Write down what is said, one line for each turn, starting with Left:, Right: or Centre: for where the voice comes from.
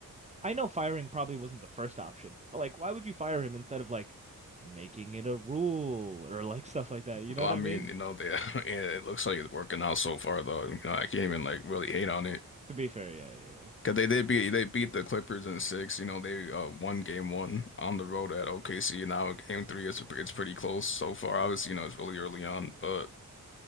Right: I know firing probably wasn't the first option, but like, why would you fire him instead of like making it a rule or like <laughs> stuff like that? You know
Left: well,
Right: what
Left: I
Right: I
Left: mean,
Right: mean?
Left: you know, they <laughs> yeah, it looks like it's working out so far though. You know, I can't even like really hate on it
Right: To be fair, yeah, yeah, yeah.
Left: because they did beat they beat the Clippers in six. You know, they uh won game one on the road at OKC. Now game three is it's pretty close so far.
Right: Yeah.
Left: Obviously, you know, it's really early on, but